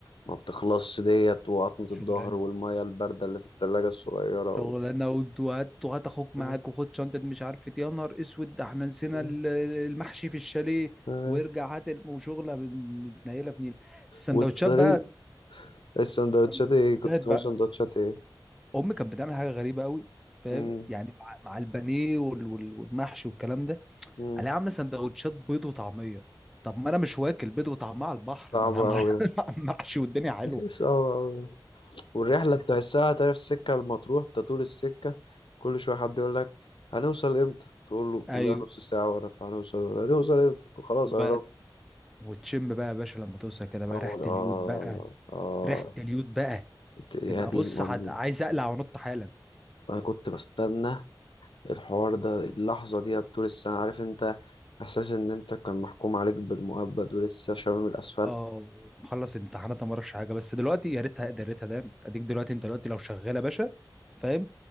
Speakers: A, on the left (about 80°); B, in the centre.
A: ما بتخلصش ديت وعظمة الظهر
B: شغلانه
A: والمية الباردة اللي في التلاجة الصغيرة
B: شغلانه
A: و...
B: ود- وهات وهات اخوك معاك
A: آه،
B: وخد شنطه مش عارف إيه. يا نهار اسود ده احنا نسينا
A: آه،
B: ال- المحشي في الشاليه
A: آه.
B: وارجع هات الم- وشغله متنيله في نيل السندوتشات
A: والطريق
B: بقى
A: السندوتشات
B: السندوتشات
A: ايه كنت بتعمل
B: بقى
A: سندوتشات ايه
B: امي كانت بتعمل حاجه غريبه قوي فاهم
A: مم.
B: يعني مع مع البانيه وال- وال- والمحشي والكلام ده
A: مم.
B: عليها عامله سندوتشات بيض وطعميه طب ما انا مش واكل بيض وطعميه على البحر
A: صعبة
B: ما انا مع
A: أوي
B: <laughs> محشي والدنيا حلوه
A: ده <laughs> صعبة أوي والرحلة تحسها تعرف السكة المطروح انت طول السكة كل شوية حد يقول لك هنوصل امتى تقول له كلها
B: ايوه
A: نص ساعة ورا طب هنوصل هنوصل امتى خلاص
B: وبقى
A: قربت
B: وتشم بقى يا باشا لما توصل كده بقى
A: اقول
B: ريحه
A: اه
B: اليود بقى
A: اه
B: ريحه اليود بقى
A: إنت- يا
B: تبقى
A: دين
B: بص
A: امي
B: هت- عايز اقلع وانط حالا
A: انا كنت بستنى الحوار ده اللحظة دي طول السنة عارف انت احساس ان انت كان محكوم عليك بالمؤبد ولسه شامم الاسفلت
B: اه مخلص امتحانات أنا ما اعرفش حاجه بس دلوقتي يا ريتها يا ريتها دام اديك دلوقتي انت دلوقتي لو شغال يا باشا فاهم